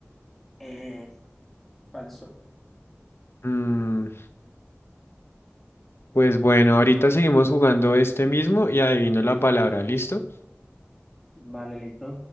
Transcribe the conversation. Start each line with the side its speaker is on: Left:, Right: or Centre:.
Centre: Eh, falso.
Left: Mm, pues bueno, ahorita seguimos jugando este mismo y adivino la palabra, ¿listo?
Centre: Vale, listo.